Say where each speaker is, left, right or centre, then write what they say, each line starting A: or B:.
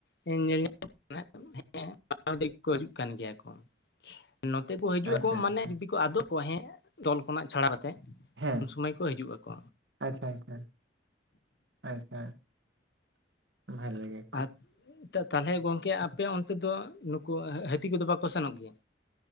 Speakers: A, on the left (about 60°); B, on the right (about 75°).
A: ᱧᱮ ᱧᱮᱞ <inaudible> ᱠᱟᱱᱟ, ᱩᱸ᱾ ᱦᱮᱸ <inaudible> ᱫᱮ ᱠᱚ ᱦᱤᱡᱩᱜ ᱠᱟᱱ ᱜᱮᱭᱟ ᱠᱚ᱾ ᱱᱚᱛᱮ ᱠᱚ ᱦᱤᱡᱩᱜ
B: ᱟᱪᱪᱷᱟ
A: ᱟᱠᱚ ᱢᱟᱱᱮ
B: ᱟᱪᱪᱷᱟ
A: ᱡᱩᱫᱤ ᱠᱚ ᱟᱫᱚᱜ ᱠᱚᱣᱟ ᱦᱮᱸ ᱫᱚᱞ ᱠᱷᱚᱱᱟᱜ ᱪᱷᱟᱲᱟ ᱠᱟᱛᱮᱜᱼᱼ
B: ᱦᱮᱸ
A: ᱩᱱ ᱥᱚᱢᱟᱹᱭ ᱠᱚ ᱦᱤᱡᱩᱜ ᱟᱹᱠᱚ᱾
B: ᱟᱪᱪᱷᱟ ᱟᱪᱪᱷᱟ ᱟᱪᱪᱷᱟ ᱵᱷᱟᱞᱮ ᱜᱮ ᱾
A: ᱟᱨ ᱛᱟ ᱛᱟᱦᱚᱞᱮ ᱜᱚᱝᱠᱮ ᱟᱯᱮ ᱚᱱᱛᱮ ᱫᱚ ᱱᱩᱠᱩ ᱦᱟᱹᱛᱤ ᱠᱚᱫᱚ ᱵᱟᱠᱚ ᱥᱮᱱᱚᱜ ᱜᱮᱭᱟ?